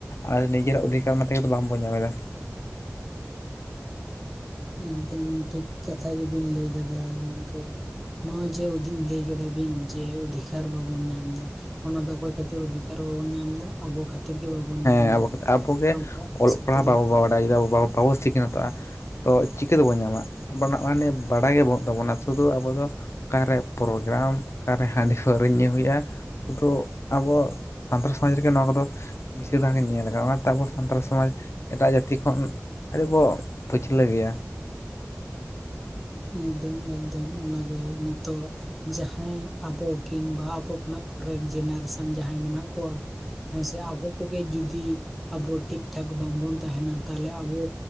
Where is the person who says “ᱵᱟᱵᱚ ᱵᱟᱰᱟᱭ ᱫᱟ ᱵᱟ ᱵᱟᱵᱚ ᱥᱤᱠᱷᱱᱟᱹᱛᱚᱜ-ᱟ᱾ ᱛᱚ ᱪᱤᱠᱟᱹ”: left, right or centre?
Left